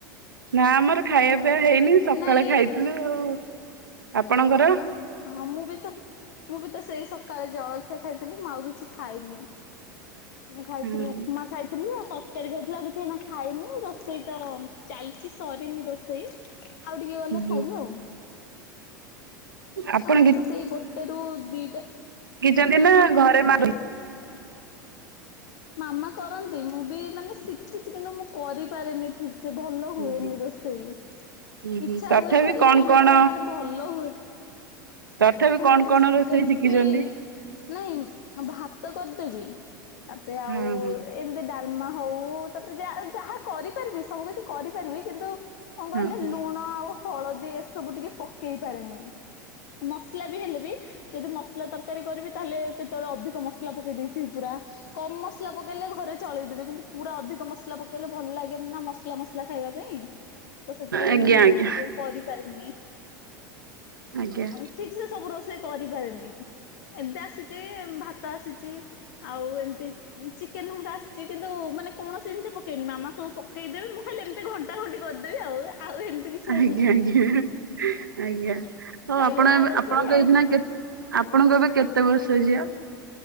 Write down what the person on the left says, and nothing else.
ହଁ
ନାଇଁ
ହଁ ମୁଁ ବି ତ ମୁଁ ବି ତ ସେଇ ସକାଳେ ଜଳଖିଆ ଖାଇଥିଲି ମୁଁ ଆଉ କିଛି ଖାଇନି। ମୁଁ ଖାଇଥିଲି
ଉପମା ଖାଇଥିଲି ଆଉ ତରକାରୀ ଖାଇଥିଲି, ଆଉ କିଛି ଏଇନା ମୁଁ ଖାଇନି ରୋଷେଇ ତ ଚାଲିଛି ସରିନି ରୋଷେଇ ଆଉ ଟିକେ ଗଲେ
ଖାଇବି ଆଉ।
ଆମର ତ ସେଇ ଗୋଟେ ରୁ ଦିଟା
ମାମା କରନ୍ତି ମୁଁ ବି ମାନେ ଶିଖିଛି କିନ୍ତୁ ମୁଁ କରିପାରେନି ଠିକ। ସେ ଭଲ ହୁଏନି
ରୋଷେଇ
ଇଛା
ହୁଏ କରିବା
ପାଇଁ କିନ୍ତୁ
ମୁଁ ମାନେ ଭଲ ହୁ
କଣ କହିଲେ?
ଏମତି
ନାଇଁ ଭାତ କରିଦେବି ତାପରେ ଆଉ
ଏମିତି ଡାଲମା ହଉ ତାପରେ ଯା ଯାହା କରିପାରିବି ସବୁ କିଛି କରିପାରିବି କିନ୍ତୁ କଣ କହିଲେ
ଲୁଣ ଆଉ ହଳଦୀ ଏସବୁ ଟିକେ ପକେଇ ପାରେନି। ମସ <unintelligible> ହେଲେବି ଯଦି ମସଲା ତରକାରୀ କରିବି ତାହେଲେ କେତେବେଳେ ଅଧିକ ମସଲା ପକେଇ ଦେଇଥିବି ପୁରା। କମ ମସଲା ପକେଇଲେ ଘରେ ଚଳେଇଦବେେ କିନ୍ତୁ ପୁରା ଅଧିକ ମସଲା ପକେଇଲେ ଭଲ ଲାଗେନି ନା ମସଲା ମସଲା ଖାଇବା ପାଇଁ। ତ ସେଥିପାଇଁ
ମୁଁ
ସେଥିପାଇଁ କରିପାରେନି।
ଆଉ ଠିକ ସେ ସବୁ ରୋଷେଇ କରିପାରେନି ଏମିତି ଆସିଛି ଭାତ ଆସିଛି। ଆଉ ଏମତି ଚିକେନ ନହଙ୍ଗା ଆସିଛି କିନ୍ତୁ ମାନେ କୌଣସି ଜିନିଷ ପକେଇନି ମାମା ସବୁ ପକେଇଦେବେ ମୁଁ ଖାଲି ଏମିତି ଘ ତ ଖଣ୍ଟି କରିଦେବି ଆଉ ଆଉ ଏମିତି <inaudible>
ଆସୁନି
ହେଇଗୋଟା
ରୋଷେଇ
ଆଉ